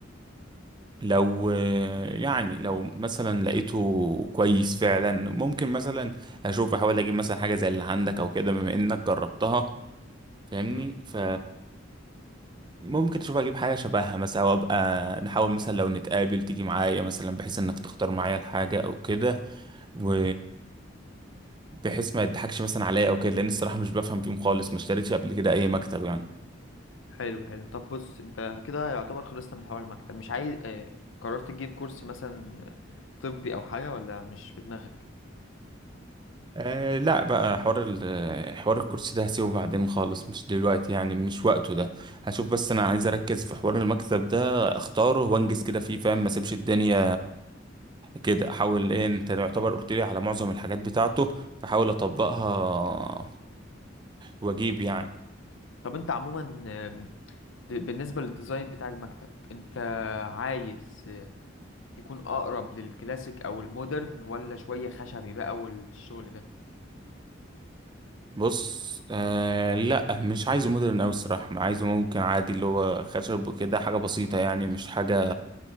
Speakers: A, on the right; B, on the left.
A: لو آه، يعني لو مثلا لقيته كويس فعلا ممكن مثلا اشوف احاول اجيب مثلا حاجه زي اللي عندك او كده بما انك جربتها فاهمني
B: امم
A: ف ممكن تشوف اجيب حاجه شبهها مثلا او ابقى نحاول مثلا لو نتقابل تيجي معايا مثلا بحيث انك تختار معايا الحاجه او كده و بحيث ما يضحكش مثلا عليا او كده لان الصراحه مش بفهم فيهم خالص ما اشتريتش قبل كده اي مكتب يعني
B: حلو حلو طب بص انت كده يعتبر خلصت من حوار المكتب مش عايز اه قررت تجيب كرسي مثلا طبي او حاجة ولا مش في دماغك
A: أه لا بقى حوار ال- حوار الكرسي ده هسيبه بعدين خالص مش دلوقتي يعني مش وقته ده هشوف بس انا عايز اركز في حوار المكتب ده اختاره وانجز كده فيه فاهم ما اسيبش الدنيا كده احاول ايه انت يعتبر قلت لي على معظم الحاجات بتاعته فحاول اطبقها واجيب يعني
B: طب انت عموما آم، ب- بالنسبة للديزاين بتاع المكتب انت عايز آه، يكون اقرب للكلاسيك او المودرن ولا شوية خشبي بقى والشغل ده
A: بص آه لا مش عايزه مودرن أوي الصراحة عايزه ممكن عادي اللي هو خشب وكده حاجة بسيطة يعني مش حاجة